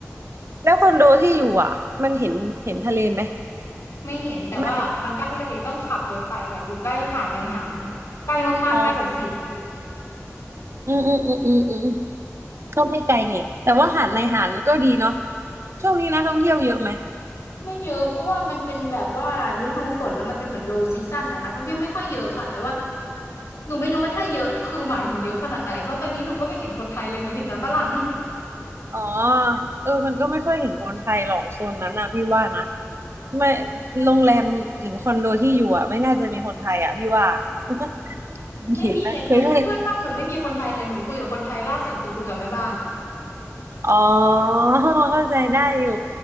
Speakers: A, on the right; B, on the left.
A: แล้วคอนโดที่อยู่อ่ะมันเห็นเห็นทะเลไหม
B: ไม่เห็นแต่ว่ามันใกล้ทะเลต้องขับรถไปค่ะอยู่ใกล้หาดในหามใกล้มากๆใกล้แบบสี่นาที
A: ไม่อ๋ออืมอืมอืมอืมอืมก็ไม่ไกลนี่แต่ว่าหาดในหาดมันก็ดีเนาะช่วงนี้นักท่องเที่ยวเยอะไหม
B: ไม่เยอะเพราะว่ามันเป็นแบบว่าฤดูฝนแล้วมันเป็นเหมือน low season นะนักท่องเที่ยวไม่ค่อยเยอะค่ะแต่ว่าหนูไม่รู้ว่าถ้าเยอะคือหมายถึงเยอะขนาดไหนเพราะตอนนี้หนูก็ไม่เห็นคนไทยเลยหนูเห็นแต่ฝรั่ง
A: อ๋อเออมันก็ไม่ค่อยเห็นคนไทยหรอกโซนนั้นนะพี่ว่านะไม่โรงแรมหรือคอนโดที่อยู่อ่ะไม่น่าจะมีคนไทยอ่ะพี่ว่า <laughs>
B: <laughs> ไม่มีเลยเพื่อนเพื่อนบ้านหนูไม่มีคนไทยเลยหนูคุยกับคนไทยล่าสุดคือคุยกับแม่บ้าน
A: เห็นไหมเคยได้ อ๋อเข้าใจได้อยู่